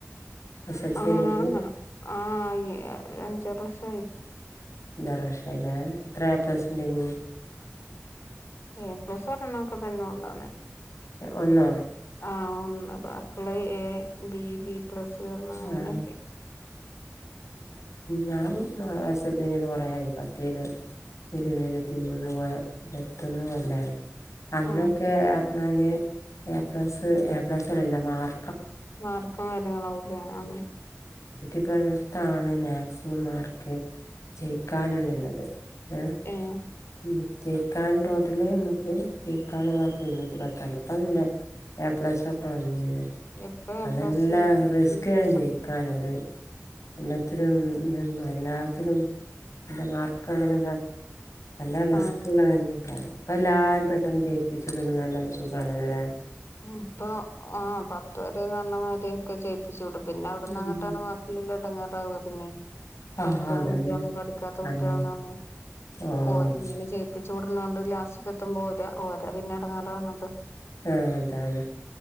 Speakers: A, on the left; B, on the left.
A: എസ് എൽ സി
B: ആ
A: കഴിഞ്ഞിട്ട്
B: ആ ആ ആയി ഒരു അഞ്ചാറ് വർഷായി
A: അഞ്ചാറുവർഷയിലെ എത്ര എ പ്ലസ് ഇണ്ടെയിനി
B: ഏ പ്ലസോരെണ്ണം ഒക്കെ തന്നെ ഉണ്ടാന്നേ
A: ഒന്നോ
B: ആ ഒന്ന് ബാക്കിളള എ ബി ബി പ്ലസ് വർന്നാ അങ്ങനെക്കെ
A: ആഹ് ഞാന് എസൽസി കൊറേയായി പത്ത് ഇരു ഇരുപത് ഇരതിമൂന്ന് കൊ ഇരത്തൊന്ന് കൊല്ലായി അന്നൊക്കെർഞ്ഞാല്
B: ആഹ്
A: എ പ്ലസ് എ പ്ലസ്ല്ല്ലല്ലോ മാർ
B: മാർക്കും കാര്യങ്ങളാവും ലേ ആ
A: ഇപ്പോൾത്താണ് മാക്സിമം മാർക്ക് ജയിക്കാന്ല്ലള്ളത് ഏ
B: ഏഹ്
A: മ് ജയിക്കാൻ ടോട്ടല് നമുക്ക് ജയിക്കാള്ള മാർക്ക് ഇരുന്നൂറ്റിപത്താണ് ഇപ്പല്ലെ എ പ്ലസ് ഒക്കെ വന്നീ
B: ഇപ്പൊ
A: അതെല്ലാ
B: എ പ്ലസ്
A: റിസ്ക്കേന്
B: ബി പ്ലസ്
A: ജയിക്കാനൊര്
B: ഒക്കെ
A: എല്ലത്തിലും എല്ലാത്തിലും നല്ല മാർക്കാണെന്ന്ല്ല നല്ല റിസ്ക്ള്ളത്
B: ആഹ്
A: തന്നേയ്ക്കാരം ഇപ്പൊ എല്ലാരിം പെട്ടെന്ന് ജയിപ്പിച്ചിടണത് നല്ല ഒരു സുഖാണല്ലലേ
B: ഇപ്പൊ ആ പത്ത് പ്പം ന്നർഞ്ഞമാരി ക്കെ ജയിപ്പിച്ച്ടും പിന്നെ അവ്ട്ന്നഅങ്ങട്ടാണ്
A: ഉം
B: വാക്കിള്ളോര് എടങ്ങറാവ പിന്നിം
A: ആഹ്
B: പഠിക്ക്ണ
A: അതന്നെ
B: കുട്ട്യാളും പഠിക്കാത്ത
A: ആഹ്
B: കുട്ട്യാളും ന്നറിഞ്
A: ആഹ്
B: ഓല് ഇങ്ങനെ ജയിപ്പി ച്ച്ടുന്നോണ്ട് ലാസ്റ്റക്കത്തുമ്പ ഓരാ ഓരാ പിന്നെ എടങ്ങേറാവുന്നത്
A: ആ അതാണ്